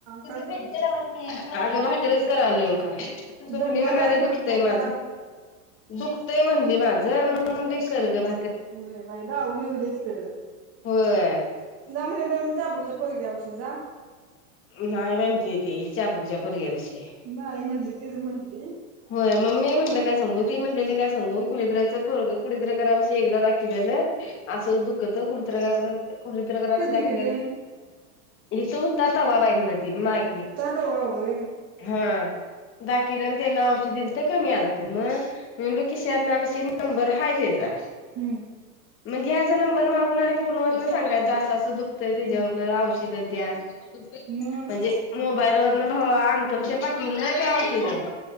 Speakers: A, on the left; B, on the right.
A: तुम्ही
B: काय
A: भेटता
B: करतीस?
A: काय? आगं भाकरीच करायलोय का. सुपनी
B: दंगा
A: म्हणाली
B: काय
A: दुखतंय
B: करत्या
A: माझं
B: त्या
A: दुखतंय म्हणली माझं म्हणून दे सर्ग ला.
B: होय बाय दाऊन येऊ दे तिकडं.
A: होय.
B: त्या <unintelligible> अबूच्या परग्यावषी जा
A: नाय म्हणते ते चाबुकच्या पोरग्या पशी.
B: नाही म्हटली तेच म्हटली
A: होय मम्मी म्हटलं काय संगूत् ती म्हणलेली काय सांगू कुळीद्राचं पोरगं कुळीद्र करापशी एकदा दाखीलेलं. असं दुःखत <unintelligible> कडीत्रकारशी
B: कधी
A: दाखीलेलं,
B: ग ते
A: हितं होत् ता तवा बाय म्हणं ती माई
B: उता तवा वय.
A: हा दाकीलेलं त्यांनं औष दिल्तं कमी आल्तं म. म्हण लोकेशन <unintelligible> नंबर हाय त्याचा
B: हम्म.
A: म घ्याचा नंबर मागून आणि फोनवर न सांगायचं असं असं दुखतंय त्याच्यावरन
B: हम्म
A: औषधं द्या. म्हणजे
B: मग
A: मोबाईल वरन भावा अंकलच्या पा पुरलं ते औषिधं.
B: सांग